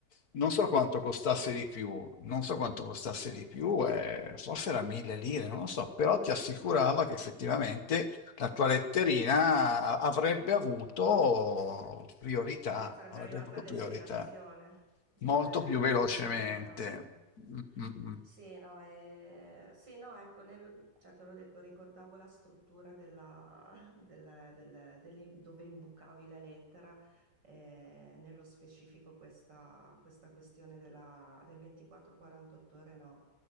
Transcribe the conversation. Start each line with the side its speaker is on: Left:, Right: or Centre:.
Left: non so quanto costasse
Right: Sì.
Left: di più, non so quanto costasse di più, eh, forse era mille lire, non lo so, però ti assicurava che effettivamente la tua letterina
Right: La posta.
Left: avrebbe avuto priorità,
Right: Sarebbe
Left: avrebbe
Right: arrivata
Left: avuto
Right: a destinazione
Left: priorità.
Right: nel,
Left: Molto più
Right: nel
Left: velocemente.
Right: tempo indicato.
Left: Mm, mm, mm.
Right: Sì, no, e- sì, no, ecco, nel- cioè, te l'ho detto, ricordavo la struttura della, del- del- dell'im- dove imbucavi la lettera, eh, nello specifico questa, questa questione della, del 24-48 ore, no.